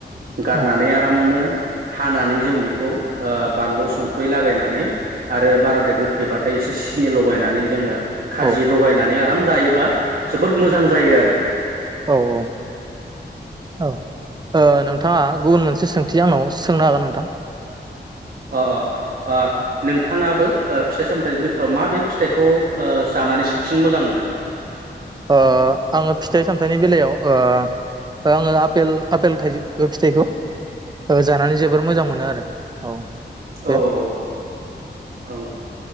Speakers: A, on the right (about 55°); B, on the right (about 25°).
A: गारनानै
B: औ
A: आरामनो हानानै जों बेखौ ओ बानलु संख्रै लागायनानै आरो बाराद्राय गोखैबाथाय एसे सिनि लगायनानै जोंङो खाजि
B: औ
A: लगायनानै आराम जायोबा जोबोर मोजां जायो आरो।
B: औ-औ औ-ओ नोंथांङा गुबुन मोनसे सोंथि आंनाव सोंनो हागोन नोंथां
A: अ-अ ओ नोंथांङाबो फिथाइ सामथाइनि बिथोराव मााबे फिथाइखौ जानानै साबसिन मोजां मोनो?
B: ओ आंङो फिथाइ सामथाइनि बेलायाव ओ आंङो आपेल थाइजौ फिथाइखौ ओ जानानै जोबोर मोजां मोनो आरो। औ बे
A: औ औ औ औ